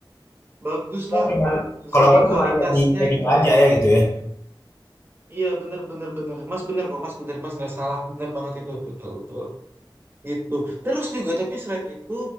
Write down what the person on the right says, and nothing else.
bagus
lah
dari
segi
kualitasnya
gitu loh
iya bener bener bener mas bener kok mas bener mas nggak salah bener banget itu betul betul gitu terus juga tapi selain itu